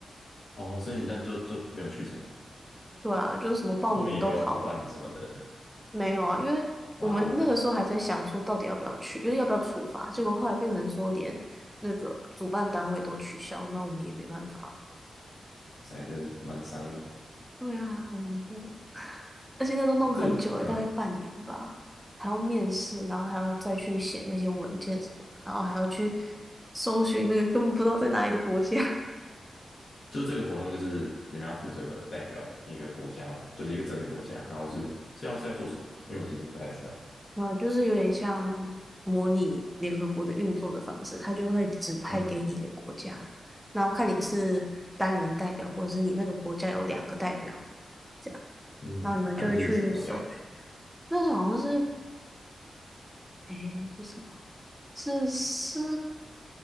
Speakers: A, on the left (about 60°); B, in the centre.
A: 哦，所以你这样就就没有去成了，
B: 对啊，就是什么报名的都好，
A: 后面也没有补办什么的。
B: 了。没有啊，因为我们那个时候还在想说到底要不要去，
A: 哇哦，哇
B: 就是要不要处罚，结果后来变成说连那个主办单位都取消，那我们也没办法。
A: 塞，真的蛮伤的。
B: 对啊，好难过，而且那都弄很久了，
A: 这个，
B: 大概半年吧，
A: 嗯。
B: 还要面试，然后还要再去写那些文件什么的，然后还要去搜寻那个根本不知道在哪里的国家。
A: 就这个活动就是你们要负责代表一个国家嘛，就是一个真的国家，然后是是要是要做什么啊因为我其实不太知道。
B: 嗯，就是有点像模拟联合国的运作的方式，它就会指派给你一个国家，
A: 嗯
B: 然后看你是单人代表，或者是你那个国家有两个代表，这样，
A: 嗯，
B: 然后你们就会去搜寻。
A: 那、你是什么国家？
B: 那时候好像是，诶，是什么？是斯